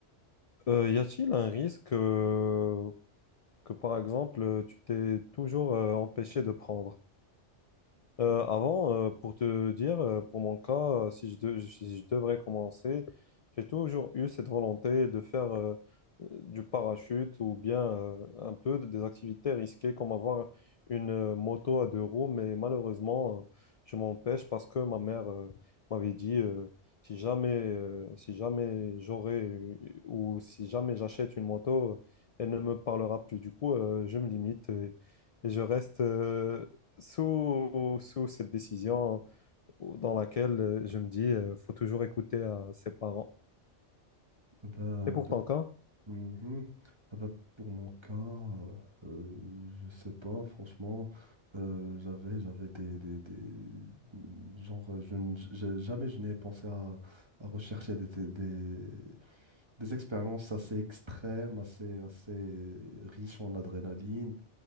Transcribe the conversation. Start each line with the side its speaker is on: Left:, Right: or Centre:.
Left: Euh, y a-t-il un risque euh, que, par exemple, tu t'es toujours euh, empêché de prendre? Euh, avant, euh, pour te dire, euh, pour mon cas, euh, si je, de- si je devrais commencer, j'ai toujours eu cette volonté de faire euh, euh, du parachute ou bien euh, un peu de- des activités risquées comme avoir une euh, moto à deux roues, mais malheureusement, euh, je m'empêche parce que ma mère euh, m'avait dit euh, si jamais, euh, si jamais j'aurais eu- ou si jamais j'achète une moto, elle ne me parlera plus. Du coup, euh, je me limite et, et je reste. euh, sous, sous cette décision au- dans laquelle euh, je me dis, euh, faut toujours écouter à ses parents.
Right: Bah,
Left: Et pour
Right: per-
Left: ton cas,
Right: Mhm. Ah bah, pour mon cas, euh, je sais pas, franchement, euh, j'avais, j'avais des, des, des- Genre, euh, je, ne- je- jamais je n'ai pensé à, à rechercher des, des, des- des expériences assez extrêmes, assez, assez riches en adrénaline.